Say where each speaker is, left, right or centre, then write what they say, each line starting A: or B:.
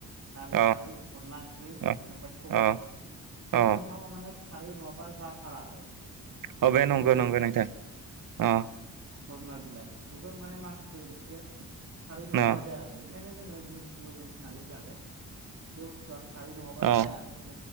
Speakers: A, on the right; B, on the right.
A: नारजि
B: अ
A: खारै अनला ओंख्रि ओमफ्राय
B: अ
A: सबाय
B: अ अ
A: बे मोनथामा माने खारै नङाबा जाथारा आरो
B: <unintelligible>
A: ओमफ्राय
B: नंगौ
A: सजना
B: नंगौ
A: बिलाइ
B: नोंथां अ
A: सजना बिलाइ बेफोर माने माखासे ओंख्रिया खारै नङाबा
B: अ
A: जाया आरो ओंखायनो जोङो जि बुस्थुखौ जों सानै जागोन बे बुस्थुआ खारै नङाबा
B: अ
A: जाया आरो